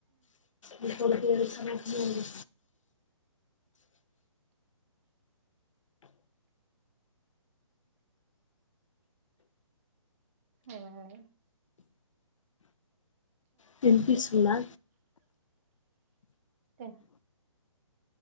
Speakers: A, on the left; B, on the right.
A: నా కొడుకు ఏడుస్తానట్టు ఉన్నాడు
B: ఏలా ఏ
A: తినిపిస్తుందా
B: తే